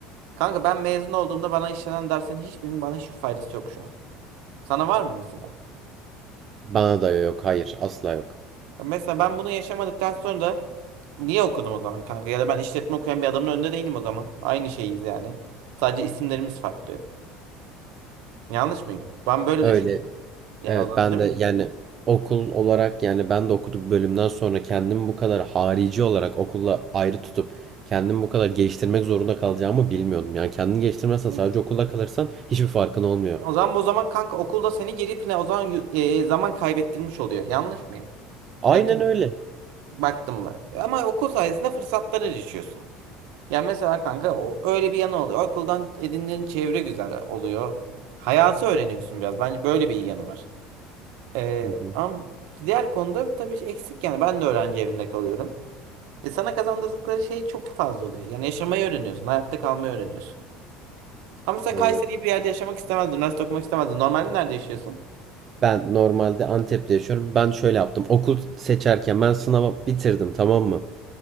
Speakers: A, on the right (about 80°); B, on the right (about 35°).
A: Kanka ben mezun olduğumda bana işlenen derslerin hiçbirinin bana hiçbir faydası yok şu an. Sana var mı mesela?
B: Bana da yok, hayır, asla yok.
A: Ya Mesela ben bunu yaşamadıktan sonra Niye okudum o zaman kanka? Ya da ben işletme okuyan bir adamın önünde değilim o zaman. Aynı şeyiz yani. Sadece isimlerimiz farklı. Yanlış mıyım? Ben böyle
B: Öyle
A: düşünüyorum. Yani
B: Evet
A: o zaman
B: ben
A: değil
B: de
A: mi?
B: yani okul olarak yani ben de okuduk bölümden sonra kendimi bu kadar harici olarak okulla ayrı tutup kendimi bu kadar geliştirmek zorunda kalacağımı bilmiyordum. Yani kendini geliştirmezsen
A: Yok.
B: sadece okulla kalırsan hiçbir farkın olmuyor.
A: O zaman bu zaman kanka okulda seni geri plan o zaman yu- e, zaman kaybettirmiş oluyor. Yanlış mıyım?
B: Aynen
A: Yani ki-
B: öyle.
A: baktım mı? Ama okul sayesinde fırsatlara erişiyorsun. Yani mesela kanka o, öyle bir yanı oluyor. Okuldan edindiğin çevre güzel oluyor. Hayatı öğreniyorsun biraz. Bence böyle bir iyi yanı var. Ee,
B: Hı hı.
A: ama diğer konuda tabii şey eksik yani. Ben de öğrenci evinde kalıyorum. E sana kazandırdıkları şey çok fazla oluyor. Yani yaşamayı öğreniyorsun. Hayatta kalmayı öğreniyorsun. Ama mesela
B: Evet.
A: Kayseri gibi bir yerde yaşamak istemezdin. Üniversite okumak istemezdin. Normalde nerede yaşıyorsun?
B: Ben normalde Antep'te yaşıyorum. Ben şöyle yaptım. Okul seçerken ben sınava bitirdim tamam mı?